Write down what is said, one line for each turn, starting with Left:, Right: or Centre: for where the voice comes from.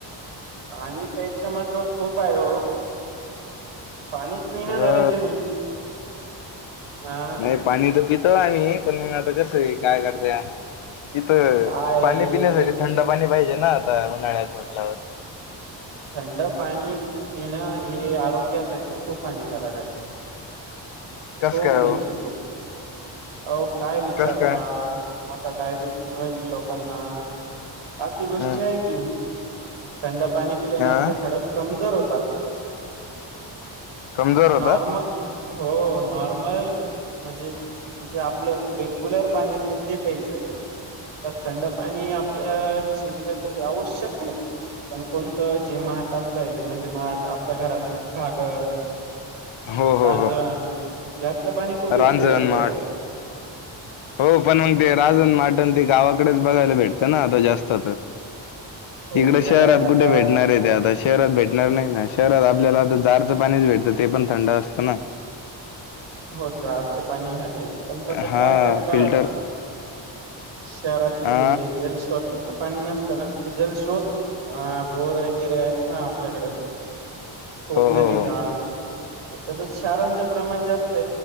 Right: आणि प्याच महत्व खूप आहे हो. पाणीस पीना
Left: हो
Right: झालेय तुम्ही. हा
Left: नाही पाणी तर पितो आम्ही पण आता कस आहे काय करत्या. इथं
Right: काय
Left: पाणी
Right: हे,
Left: पिण्यासाठी
Right: जल
Left: थंड पाणी पाहिजे ना आता उन्हाळ्यात म्हटल्यावर.
Right: थंड पाणी पिणं हे आरोग्यासाठी खूप हानिकारक आहे.
Left: कस
Right: खुप
Left: काय
Right: म्हणजे
Left: हो
Right: खुप. अ काय विचारता
Left: कस काय
Right: आता डायबिटीज व्हाली लोकांना. बाकी गोष्टी
Left: ह
Right: आहे की थंड पाणी पिल्याने
Left: हा
Right: आपले हाड कमजोर होतात.
Left: कमजोर
Right: नॉर्म
Left: होतात.
Right: हो नॉर्मल म्हणजे. जे आपलं रेग्युलर पाणी असतं ते प्यायचं. तर थंड पाणी आपल्या शरीरासाठी आवश्यक आहे. पण कोणतं जे माटातलंय म्हणजे माठ आपल्या घरातलं घागर,
Left: हो हो
Right: रांजण
Left: हो
Right: यात. तलं पाणी खूप योग्य
Left: रांजण
Right: आहे प्यायला.
Left: माठ हो पण मग ते राजन, माटण ते गावाकडेच बघायला भेटतं ना आता जास्त तर.
Right: हो
Left: इकडे
Right: ते आहे
Left: शहरात
Right: आता
Left: कुठे भेटणार आहे ते आता. शहरात भेटणार नाही ना शहरात आपल्याला आता जारचं पाणीच भेटतं ते पण थंड असतं ना.
Right: हो जाारच पाणी आहे पण आता काय
Left: हा
Right: करत.
Left: फिल्टर
Right: शहरातील
Left: आ
Right: हे जल स्वतःच. पाणी नसतना जलस्रोत अ बोर वगैरे आहेत ना आपल्याकडे. खोपनली
Left: हो हो हो
Right: का त्याच्या शारांच्या प्रमाण जास्त